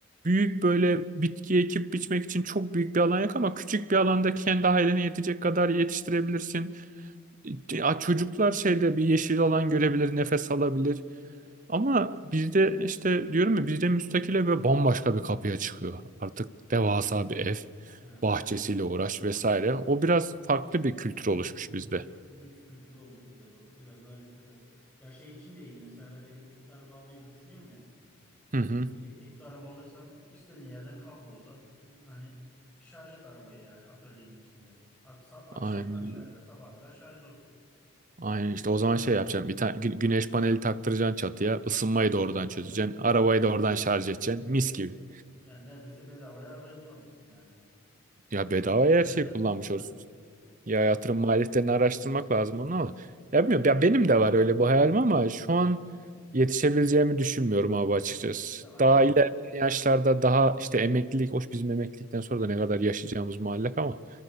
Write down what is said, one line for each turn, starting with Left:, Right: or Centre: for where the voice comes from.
Right: büyük böyle bitki ekip biçmek için çok büyük bir alan yok ama küçük bir alanda kendi ailene yetecek kadar yetiştirebilirsin. Ya Çocuklar şeyde bir yeşil alan görebilir, nefes alabilir. Ama bizde işte diyorum ya bizde müstakile ve bambaşka bir kapıya çıkıyor. Artık devasa bir ev,
Centre: Ha, aynen
Right: bahçesiyle
Centre: aynen.
Right: uğraş vesaire. O biraz farklı bir kültür
Centre: Lüks,
Right: oluşmuş bizde.
Centre: lüks kültürü olmuş biraz o. Biraz daha lükse kaçış. Ya şey için de iyi. Mesela ben elektrikli araba almayı da düşünüyorum ya.
Right: Hı hı.
Centre: Elektrikli araba alırsan istediğin yerden kablo uzat. Hani şarj et arabayı yani atölyenin içinde. Aksa, akşam
Right: Aynen.
Centre: tak şarja sabaha kadar şarj olsun.
Right: Aynen
Centre: Mis
Right: işte
Centre: gibi
Right: o zaman
Centre: yani
Right: şey
Centre: hani
Right: yapacağım. Bir tane gü- güneş paneli taktıracaksın çatıya. Isınmayı
Centre: oh
Right: da oradan
Centre: oh,
Right: çözeceksin.
Centre: bir de bir de
Right: Arabayı
Centre: böyle bir şey
Right: da
Centre: yaptın
Right: oradan
Centre: mı?
Right: şarj edeceksin. Mis gibi.
Centre: Yani neredeyse bedavaya arabayı kullanırsın yani.
Right: Ya
Centre: O,
Right: bedavaya
Centre: o yön- o
Right: her
Centre: yönden
Right: şeyi kullanmış
Centre: de çok güzel.
Right: olsun. Ya
Centre: Aynen.
Right: yatırım maliyetlerini araştırmak lazım onu ama. Ya bilmiyorum. Ya benim de var öyle bu hayalim ama şu an yetişebileceğimi düşünmüyorum abi açıkçası.
Centre: Ya aynen
Right: Daha ilerleyen
Centre: bu
Right: yaşlarda daha işte emeklilik, hoş bizim emeklilikten sonra da ne kadar yaşayacağımız muallak ama.